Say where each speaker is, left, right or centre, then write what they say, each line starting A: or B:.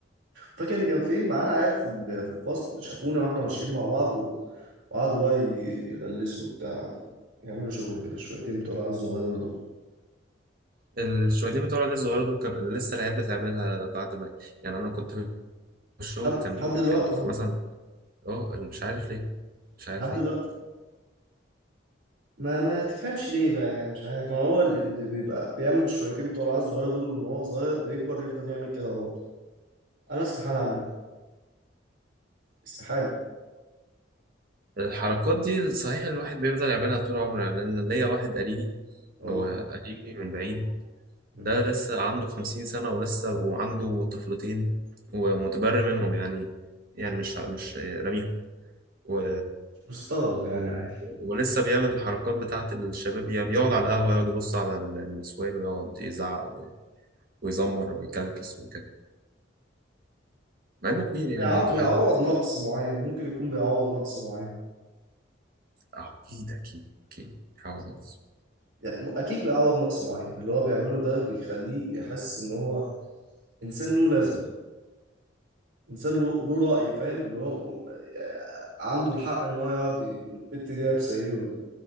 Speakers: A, on the right (about 80°); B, on the right (about 50°).
A: فاكر ان كان في معانا عيال في ال- في الفصل شافونا واحنا ماشيين مع بعض و... وقعدوا بقى ي- يغلسوا بتاع يعملوا شغل كده شويتين بتوع العيال الصغيره دول
B: الشويتين بتوع العيال الصغيرة دول كان لسه العيال بتعملها بعد ما يعني أنا كنت في الشغل
A: لحد
B: كان
A: لحد دلوقتي
B: كان في
A: اهو
B: مثلا أه مش عارف ليه مش عارف
A: لحد دلوقتي
B: ليه
A: ما ما تفهمش ليه بقى يعني مش عارف ما هو اللي اللي بيبقى بيعمل شويتين بتوع العيال الصغيره دول وان هو صغير بيكبر يفضل يعمل كده برضه انا استحاله اعمل استحالة
B: الحركات دي صحيح الواحد بيفضل يعملها طول عمره يعني أنا ليا واحد قريبي
A: اه
B: هو قريبي من بعيد
A: مم.
B: ده لسه عنده خمسين سنة ولسه وعنده طفلتين ومتبرئ منهم يعني يعني مش مش راميهم و...
A: مش مستغرق يعني
B: و...
A: عادي
B: ولسه بيعمل الحركات بتاعت الشباب يعني بيقعد على القهوة يقعد يبص على ال- النسوان ويقعد يزعق و... ويزمر ويكلكس وكده مع إنه كبير يعني
A: بيعو-
B: عنده
A: بيعوض
B: حاجة
A: نقص معين ممكن يكون بيعوض نقص معين
B: آه، أكيد أكيد أكيد عاوز نقص
A: يعني م- أكيد بيعوض نقص معين اللي هو بيعمله ده بيخليه يحس إن هو إنسان له لازمة إنسان له له رأي فاهم اللي هو م- آه، عنده الحق إن هو يقعد ي- البت دي لابسة إيه وال-